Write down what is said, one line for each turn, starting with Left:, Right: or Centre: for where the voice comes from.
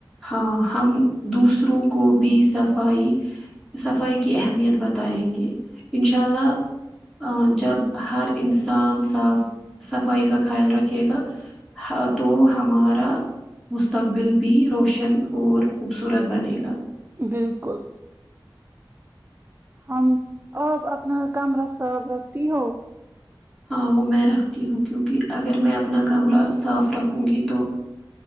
Centre: ہاں ہم دوسروں کو بھی صفائی صفائی کی اہمیت بتائیں گے انشاء اللہ جب ہر انسان صاف صفائی کا خیال رکھے گا ہ تو ہمارا مستقبل بھی روشن ن اور خوبصورت بنے گا
Right: بالکل ہم آپ اپنا کمرہ صاف رکھتی ہو
Centre: ہاں وہ میں رکھتی ہوں کیونکہ اگر میں اپنا کمرہ صاف رکھوں گی تو